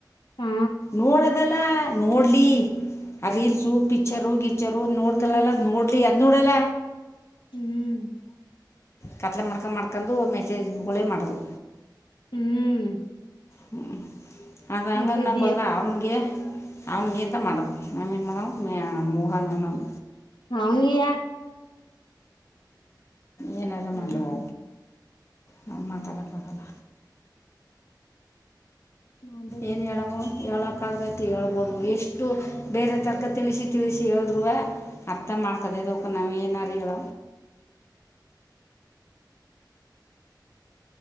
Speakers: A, on the left; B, on the left.
A: ಹಾ
B: ನೋಡದೆಲ್ಲ ನೋಡ್ಲಿ ಅ ರಲ್ಸೂ ಪಿಚ್ಚರ್ ಹೋಗಿ ಜರರ್ ನೋಡ್ತಲಲ್ಲ
A: ಹ್ಮ್
B: ನೋಡ್ಲಿ ನುಡಲ
A: ಹ್ಮ್
B: ಕತ್ಲೆ ಮಾಡ್ಕೊ ಮಾಡ್ಕೊಂಡು ಮೆಸೇಜ್ಗಳೇ ಮಾಡೋದು
A: ಹ್ಮ್
B: ಹ್ಮ್ ಅದು ಹಂಗನ್ನಕ
A: ಮೆಸೇಜಿಯ
B: ಹೋದ್ರೆ ಅವನಿಗೆ ಅವ್ನ ಗೀತ ಮಾಡದು ನವುನು ಮಾಡವು ಮ ಮೋಹನನವು
A: ಅವನಿಯಾ
B: ಏನರ
A: ಹ್ಮ್
B: ಮಾಡಂದು ಹೋ ನಾವ್ ಮಾತಾಡಕ್ಕೆ ಆಗಲ್ಲ
A: ಮಾಡ್ಲಿ ಬಿಡು
B: ಏನು ಹೇಳವು ಹೇಳೋಕ್ಕಾಗದೈತಿ ಹೇಳ್ಬೋದು ಎಷ್ಟು ಬೇರೆ ತರಕ ತಿಳಿಸಿ ತಿಳಿಸಿ ಹೇಳಿದ್ರುವ ಅರ್ಥ ಮಾಡ್ಕದದವಕ ನಾವು ಏನಾರು ಹೇಳ